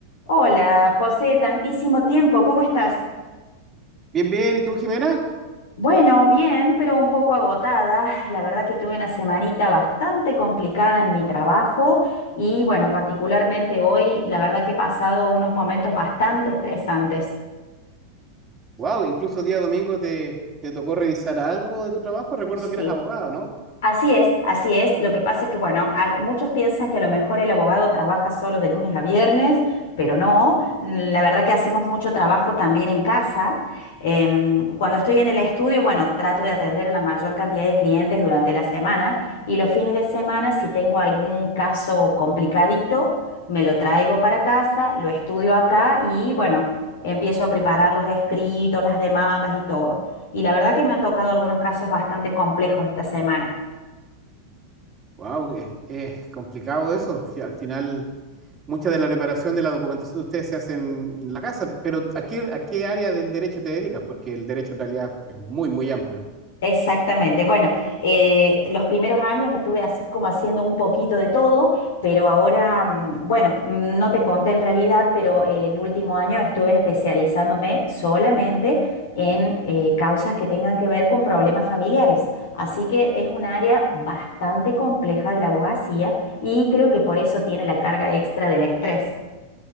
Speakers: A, on the left (about 55°); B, on the right (about 15°).
A: Hola, José, tantísimo tiempo, ¿cómo estás?
B: Bien, bien, ¿y tú, Jimena?
A: Bueno, bien, pero un poco agotada. La verdad que tuve una semanita bastante complicada en mi trabajo y bueno, particularmente hoy, la verdad que he pasado unos momentos bastante estresantes.
B: Wow, incluso día domingo te, te tocó revisar algo de tu trabajo. Recuerdo
A: Sí.
B: que eras abogado, ¿no?
A: Así es, así es. Lo que pasa es que, bueno, al- muchos piensan que a lo mejor el abogado trabaja solo de lunes a viernes, pero no. Mm, La verdad que hacemos mucho trabajo también en casa. Em, cuando estoy en el estudio, bueno, trato de atender a la mayor cantidad de clientes durante la semana y los fines de semana, si tengo algún caso complicadito, me lo traigo para casa, lo estudio acá y, bueno, empiezo a preparar los escritos, las demandas y todo. Y la verdad que me han tocado algunos casos bastante complejos esta semana.
B: Wow, es, es complicado eso. Si Al final, mucha de la preparación de la documentación de ustedes se hace en, en la casa, pero ¿a qué, a qué área del derecho te dedicas? Porque el derecho en realidad es muy, muy amplio.
A: Exactamente. Bueno, eh, los primeros años estuve así como haciendo un poquito de todo, pero ahora, mm, bueno, mm, no te conté en realidad, pero el último año estuve especializándome solamente en eh, causas que tengan que ver con problemas familiares. Así que es un área bastante compleja de la abogacía y creo que por eso tiene la carga extra del estrés.